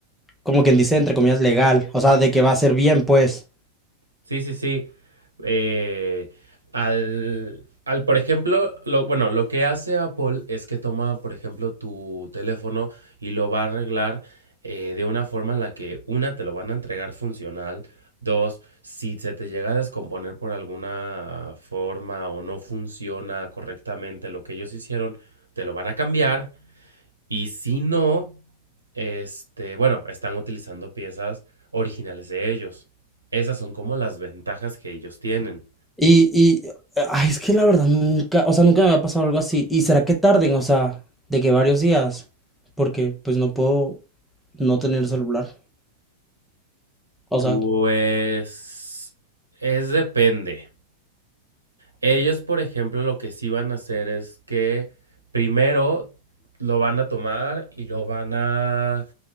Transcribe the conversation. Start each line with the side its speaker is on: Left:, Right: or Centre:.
Centre: como quien dice, entre comillas, legal. O sea, de que va a ser bien, pues.
Right: Sí, sí, sí. Eh, al, al, por ejemplo, lo, bueno, lo que hace Apple es que toma, por ejemplo, tu teléfono y lo va a arreglar eh, de una forma en la que, una, te lo van a entregar funcional, dos, si se te llega a descomponer por alguna forma o no funciona correctamente lo que ellos hicieron, te lo van a cambiar y si no, este, bueno, están utilizando piezas originales de ellos. Esas son como las ventajas que ellos tienen.
Centre: Y, y, ay, es que la verdad nunca, o sea, nunca me ha pasado algo así. ¿Y será que tarden? O sea, de que varios días, porque pues no puedo no tener el celular. O
Right: Pues
Centre: sea,
Right: es depende. Ellos, por ejemplo, lo que sí van a hacer es que primero lo van a tomar y lo van a,